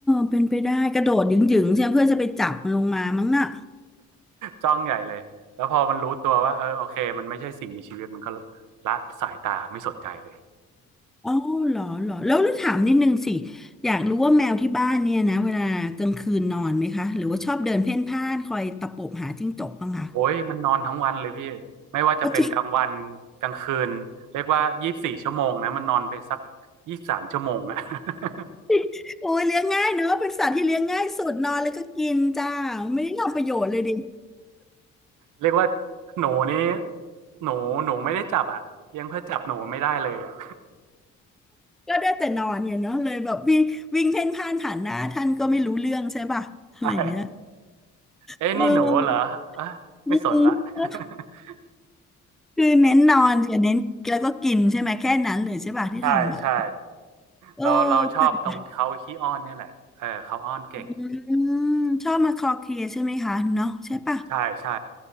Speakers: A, in the centre; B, on the right.
A: เป็นไปได้กระโดดหยิ่งๆใช่ไหมเพื่อจะไปจับมันลงมามั้งน่ะ
B: จ้องใหญ่เลยแล้วพอมันรู้ตัวว่าเออโอเคมันไม่ใช่สิ่งมีชีวิตมันก็ละสายตาไม่สนใจเลย
A: อ๋อเหรอเหรอแล้วแล้วถามนิดนึงสิอยากรู้ว่าแมวที่บ้านเนี่ยนะเวลากลางคืนนอนไหมคะหรือว่าชอบเดินเพ่นพ่านคอยตะปบหาจิ้งจกบ้างคะ
B: โอ้ยมันนอนทั้งวันเลยพี่ไม่ว่าจะเป็นกลางวัน
A: เอาจริง
B: กลางคืนเรียกว่ายี่สิบสี่ชั่วโมงนะมันนอนไปสักยี่สิบสามชั่วโมงอะ <laughs>
A: <laughs> โอ้ยเลี้ยงง่ายเนอะเป็นสัตว์ที่เลี้ยงง่ายสุดนอนแล้วก็กินจ้าไม่ได้ทำประโยชน์เลยดิ
B: เรียกว่าหนูนี้หนูหนูไม่ได้จับอะเลี้ยงเพื่อจับหนูไม่ได้เลยอะ
A: ก็ได้แต่นอนเนี่ยเนาะเลยแบบวิ่งวิ่งเพ่นพ่านผ่านหน้าท่านก็ไม่รู้เรื่องใช่ป่ะอะไรอย่างเงี้ย
B: <laughs> ใช่เอ้ยนี่หนูเหรอเออไม่สนละ
A: เอออืม
B: <laughs>
A: คือเน้นนอนกับเน้นแล้วก็กินใช่ไหมแค่นั้นเลยใช่ป่ะที่ทำอ่ะ
B: ใช่ใช่
A: เออ
B: เราเราชอบตรงเขาขี้อ้อนเนี่ยแหละเออเขาอ้อนเก่ง
A: แปลอืมชอบมาคลอเคลียร์ใช่ไหมคะเนาะใช่ป่ะ
B: ใช่ใช่